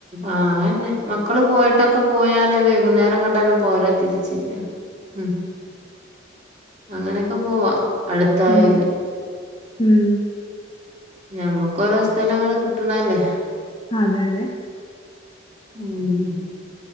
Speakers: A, on the right; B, on the left.
A: ആഹ് അങ്ങനതന്നെ മക്കള് പോയിട്ടൊക്കെ പോയാല് വൈകുന്നേരം ഇങ്ങോട്ടേക്ക് തന്നെ പോരാം തിരിച്ച് ഉം അങ്ങനെയൊക്കെ പോവാ അടുത്തായാല്
B: ഉം ഉം
A: ഞമ്മക്ക് ഓരോ സ്ഥലങ്ങള് കിട്ടണല്ലേ
B: അതെ അതെ
A: ഉം ഉം